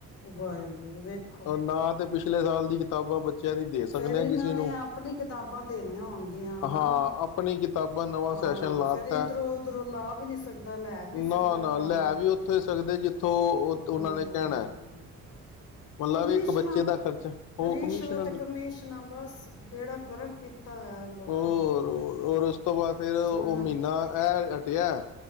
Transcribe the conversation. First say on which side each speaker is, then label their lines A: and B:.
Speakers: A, on the left; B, on the left.
A: ਵਾਹਿਗੁਰੂ ਵੇਖੋ
B: ਉਹ ਨਾ ਤੇ ਪਛ ਪਿਛਲੇ ਸਾਲ ਦੀ ਕਿਤਾਬਾਂ ਬੱਚਿਆਂ ਦੀ ਦੇ ਸਕਦੇ
A: ਫੇਰ ਇਹਨਾਂ
B: ਹਾਂ ਕਿਸੇ
A: ਨੇ
B: ਨੂੰ
A: ਆਪਣੀ ਕਿਤਾਬਾਂ ਦੇਣੀਆਂ ਹੋਣਗੀਆਂ ਹਨਾ।
B: ਹਾਂ ਆਪਣੀ ਕਿਤਾਬਾਂ ਨਵਾਂ
A: ਹਾਂ
B: ਸੈਸ਼ਨ ਲਾ
A: ਫੇਰ ਇਧਰੋਂ
B: ਤਾ
A: ਉਧਰੋਂ ਲਾ ਵੀ ਨਹੀਂ ਸਕਦਾ ਲੈ ਵੀ ਨਹੀਂ
B: ਨਾ,
A: ਸਕਦਾ
B: ਨਾ
A: ਪੁਰਾਣੇ
B: ਲੈ ਵੀ ਉੱਥੇ ਸਕਦੇ, ਜਿੱਥੋਂ ਉਹਨਾਂ
A: ਹਮ
B: ਨੇ ਕਹਿਣਾ। ਮਤਲਬ
A: ਕਮਿਸ਼ਨਾਂ
B: ਇੱਕ ਬੱਚੇ ਦਾ ਖਰਚ, ਉਹ
A: ਰਿਸ਼ਵਤ
B: ਕਮਿਸ਼ਨ
A: ਕਮਿਸ਼ਨਾਂ ਬਸ ਬੇੜਾ ਗਰਕ ਕੀਤਾ ਹੋਇਆ ਲੋਕਾਂ
B: ਹੋਰਰ
A: ਦਾ
B: ਉਸ ਤੋਂ ਬਾਅਦ ਫਿਰ ਉਹ
A: ਹਮ
B: ਮਹੀਨਾ ਐ ਹਟਿਆ।